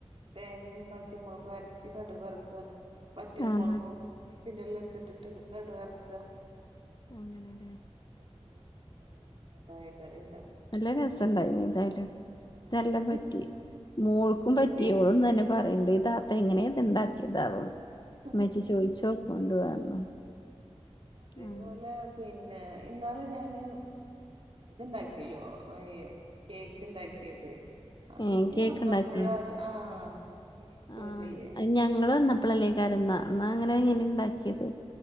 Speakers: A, on the right (about 55°); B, on the left (about 40°).
A: തേങ്ങയും പച്ചമുളകും അരച്ച കടുക് വറക്കുക വറ്റൽ
B: ആഹ്
A: മുളകും പിന്നെ വേപ്പിന്റ ഇലയോക്ക ഇട്ടിട്ട് കടു വറക്കുക
B: അങ്ങനെല്ലേ
A: പിന്നെ അങ്ങനെയയാണ് മുരീങ്ങകായ കറി ഉണ്ടാകുക
B: നല്ല രസം ഉണ്ടായിനി എതായാലും
A: ആഹ്
B: ചെല്ല പറ്റി മോൾക്കും പറ്റിയളൂന്ന്
A: അതീക്ക്
B: തന്നെ പറയണ്ട്
A: ആഹ്
B: ഈ താത്ത എങ്ങനെയ ഇത് ഉണ്ടാക്കിയ ഇതാവും
A: ആഹ്
B: ഉമ്മച്ചി ചോദിച്ച് നോക്ക് <unintelligible>
A: ഉം ഉം അതേപോലെ
B: ഉം
A: പിന്നെ ഇന്നാളീ ഞാന് ഇത്ണ്ടാക്കിയല്ലോ ഏ കേക്ക് ഇണ്ടാക്കിയത് അന്നക്കും
B: ഏഹ് കേക്ക്
A: വന്നപ്പഴത
B: ഇണ്ടാക്കിയ
A: ആഹ്. കേക്ക്
B: ആഹ്
A: ഇതില്ലേ
B: ഞങ്ങള് വന്നപ്പള്ളല്ലേക്കായിരുന്നാ എന്നാ അങ്ങനെ ഇങ്ങനെ ഇണ്ടാക്കിയത്